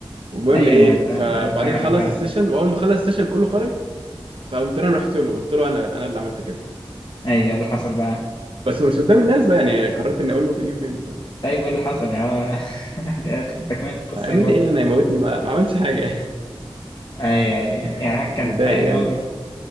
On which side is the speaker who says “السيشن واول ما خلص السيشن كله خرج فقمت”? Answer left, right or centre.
Right